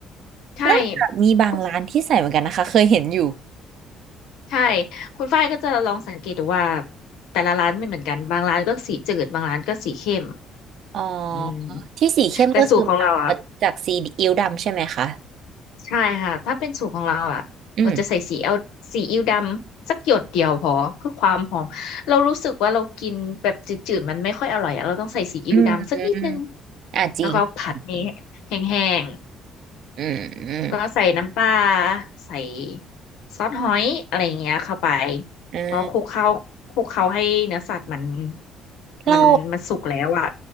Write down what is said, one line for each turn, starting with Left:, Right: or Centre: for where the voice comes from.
Left: ใช่
Right: น่าจะมีบางร้านที่ใส่เหมือนกันนะคะเคยเห็นอยู่
Left: คุณใช่คุณฝ้ายก็จะลองสังเกตดูว่าแต่ละร้านไม่เหมือนกันบางร้านก็สีจืดบางร้านก็สีเข้ม
Right: อ๋อ
Left: อืม
Right: ที่สีเข้มก็คือมา
Left: แต่สูตรของเราอ่ะ
Right: จากสีอิ๊วดำใช่ไหมคะ
Left: ใช่ค่ะถ้าเป็นสูตรของเราอ่ะเราจะใส่ซีเอลวซีอิ๊วดำสักหยดเดียวพอเพื่อความหอมเรารู้สึกว่าเรากินแบบจืดๆมันไม่ค่อยอร่อยอะเราต้องใส่ซีอิ๊วดำสักนิดนึง
Right: อืมอืมอืมอ่าจริงจริงจริง
Left: แล้วก็ผัดนี้แห้ง
Right: อืมอืม
Left: ๆแล้วก็ใส่น้ำปลาใส่ซอสหอยอะไรอย่างเงี้ยเข้าไป
Right: อืม
Left: พอคลุกเข้าคลุกเข้าให้เนื้อสัตว์มัน
Right: เรา
Left: มันมันสุกแล้วอ่ะ